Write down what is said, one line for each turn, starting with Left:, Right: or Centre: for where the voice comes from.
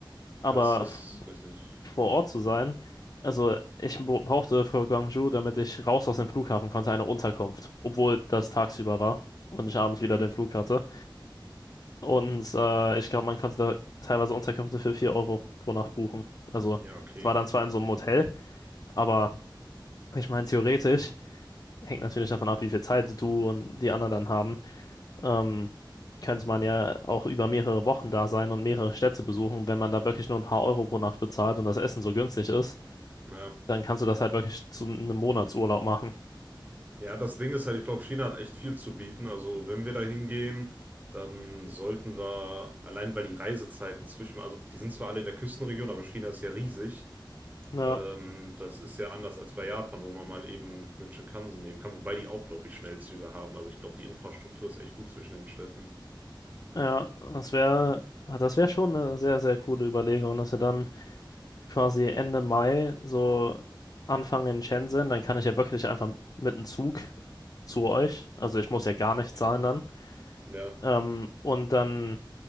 Left: Aber
Right: das ist
Left: f-
Right: richtig.
Left: vor Ort zu sein. Also ich bo- brauchte für Guangzhou, damit ich raus aus dem Flughafen konnte, eine Unterkunft, obwohl das tagsüber war und ich abends
Right: Hm.
Left: wieder den Flug hatte. Und äh, ich glaube, man konnte da teilweise Unterkünfte für 4 Euro pro Nacht buchen. Also
Right: Ja, okay.
Left: es war dann zwar in so einem Hotel, aber ich meine, theoretisch hängt natürlich davon ab, wie viel Zeit du und die anderen dann haben. Ähm, könnte man ja auch über mehrere Wochen da sein und mehrere Städte besuchen, wenn man da wirklich nur ein paar Euro pro Nacht bezahlt und das Essen so günstig ist
Right: Ja,
Left: Dann kannst du das halt wirklich zu einem Monatsurlaub machen.
Right: Ja, das Ding ist halt, ich glaube, China hat echt viel zu bieten. Also, wenn wir da hingehen, dann sollten wir, allein weil die Reisezeiten zwischen, also die sind zwar alle in der Küstenregion, aber China ist ja riesig.
Left: Ja,
Right: Ähm, das ist ja anders als bei Japan, wo man mal eben einen Shinkansen nehmen kann, wobei die auch, glaube ich, Schnellzüge haben. Also, ich glaube, die Infrastruktur ist echt gut zwischen den Städten.
Left: ja, das wäre, das wäre schon eine sehr, sehr coole Überlegung, dass wir dann quasi Ende Mai so anfangen in Shenzhen, dann kann ich ja wirklich einfach mit dem Zug zu euch, also ich muss ja gar nicht zahlen dann,
Right: Ja,
Left: ähm, und dann